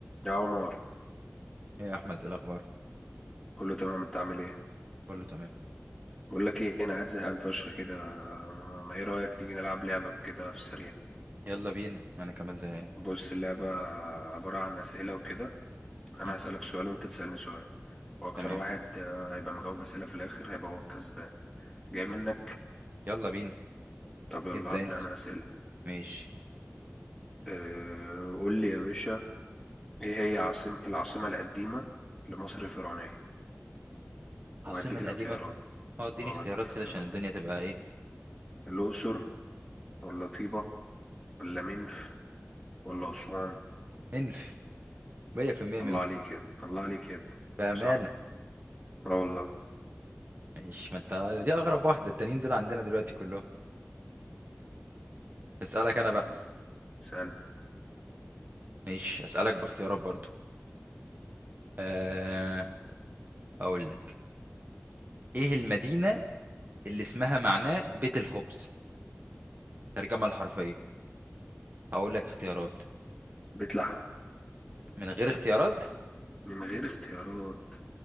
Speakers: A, in the centre; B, on the right.
A: يا عمر
B: إيه يا احمد إيه الاخبار
A: كله تمام انت عامل ايه
B: كله تمام
A: بقول لك ايه انا قاعد زهقان فشخ كده ما ايه رايك نيجي نلعب لعبه كده في السريع
B: يلا بينا انا كمان زهقان
A: بص اللعبه عباره عن اسئله وكده انا
B: مم،
A: هسالك سؤال وانت تسالني سؤال واكتر
B: تمام
A: واحد آه، هيبقى مجاوب اسئله في الاخر هيبقى هو الكسبان جاي منك
B: يلا بينا
A: طب يلا
B: ابدا
A: هبدا
B: انت
A: انا اسئله
B: ماشي
A: أه قول لي يا باشا ايه هي عاصم العاصمه القديمه لمصر الفرعونيه
B: العاصمه
A: وهديك
B: القديمه
A: اختيارات
B: اه اديني
A: اه
B: اختيارات
A: هديك اختيارات
B: كده عشان الدنيا تبقى ايه
A: الاقصر ولا طيبه ولا منف ولا اسوان
B: منف 100% منف
A: الله عليك يا ابني الله عليك يا ابني
B: بامانه
A: صح اه والله
B: ماشي ما انت دي اغرب واحده التانيين دول عندنا دلوقتي كلهم اسالك انا بقى
A: طب اسألني
B: ماشي اسالك باختيارات برضو أه... اقول لك ايه المدينه اللي اسمها معناه بيت الخبز ترجمه الحرفيه اقول لك اختيارات
A: بيت لحم
B: من غير اختيارات
A: من غير اختيارات